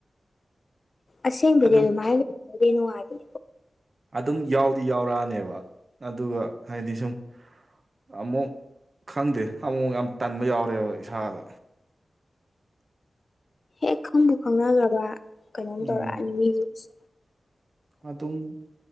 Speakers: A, on the left; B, on the right.
A: ꯑꯁꯦꯡꯕꯗꯤ
B: ꯑꯗꯨꯝ
A: ꯑꯗꯨꯃꯥꯏ ꯇꯧ <unintelligible> ꯅꯨꯉꯥꯏꯕꯅꯤ
B: ꯑꯗꯨꯝ ꯌꯥꯎꯗꯤ ꯌꯥꯎꯔꯛꯑꯅꯦꯕ ꯑꯗꯨꯒ ꯍꯥꯏꯗꯤ ꯁꯨꯝ ꯑꯃꯨꯛ ꯈꯪꯗꯦ ꯑꯃꯨꯛꯃꯨꯛ ꯌꯥꯝ ꯇꯟꯕ ꯌꯥꯎꯔꯦꯕ ꯏꯁꯥꯗꯣ
A: ꯍꯦꯛ ꯈꯪꯕꯨ ꯈꯪꯅꯈ꯭ꯔꯕ ꯀꯩꯅꯣꯝ
B: ꯎꯝ
A: ꯇꯧꯔꯛꯑꯅꯤ ꯃꯤꯖꯤꯡꯁꯦ
B: ꯑꯗꯨꯝ